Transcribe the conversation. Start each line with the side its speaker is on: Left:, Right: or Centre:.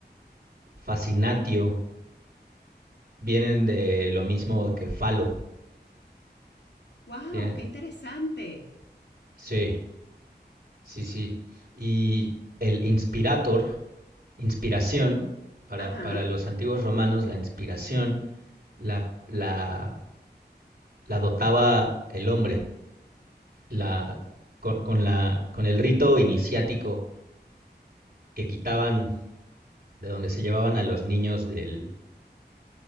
Right: fascinatio, vienen de lo mismo que falo.
Left: ¡Wow!
Right: Tienen-
Left: ¡Qué interesante!
Right: Sí, sí, sí. Y el inspirator, inspiración, para,
Left: Ajá,
Right: para los antiguos romanos, la inspiración la, la, la dotaba el hombre, la, con, con la, con el rito iniciático que quitaban de donde se llevaban a los niños del,